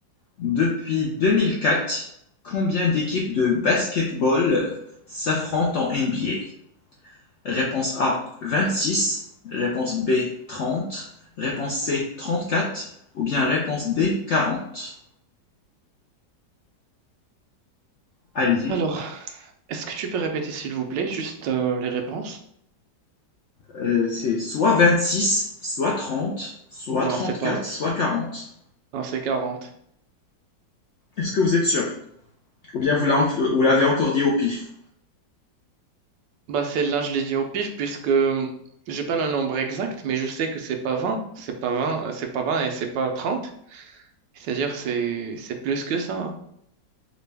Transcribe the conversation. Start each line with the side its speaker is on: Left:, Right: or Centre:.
Left: Depuis 2004, combien d'équipes de basketball euh, s'affrontent en NBA? Réponse A, 26. Réponse B, 30. Réponse C, 34. Ou bien réponse D, 40. Allez-y.
Right: Alors, est-ce que tu peux répéter, s'il vous plaît, juste euh, les réponses?
Left: Euh, c'est soit 26, soit 30, soit
Right: Non,
Left: 34,
Right: c'est pas.
Left: soit 40.
Right: Non, c'est 40.
Left: Est-ce que vous êtes sûr? Ou bien vous l'a enc- vous l'avez encore dit au pif.
Right: Bah celle-là, je l'ai dit au pif puisque euh, j'ai pas le nombre exact, mais je sais que c'est pas vingt c'est pas vingt euh, c'est pas 20 et c'est pas trente C'est-à-dire c'est c'est plus que ça. hein.